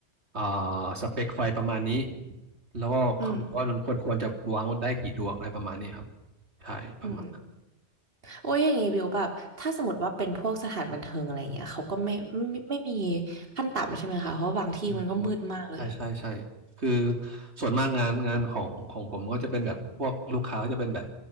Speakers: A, on the right; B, on the right.
A: อ่าสเปคไฟประมาณนี้แล้วก็คำนวณว่ามันควรควรจะวางได้กี่ดวงอะไรประมาณนี้ครับ
B: อืม
A: ใช่ประมาณนั้น
B: อืม โอ้ยอย่างงี้บิวแบบถ้าสมมติว่าเป็นพวกสถานบันเทิงอะไรอย่างเงี้ยเขาก็ไม่ไม่ไม่มีขั้นต่ำใช่ไหมคะเพราะว่าบางที่มันก็มืดมากเลยอะ
A: อืมอืมใช่ใช่ใช่คือส่วนมากงานงานของของผมก็จะเป็นแบบพวกลูกค้าก็จะเป็นแบบ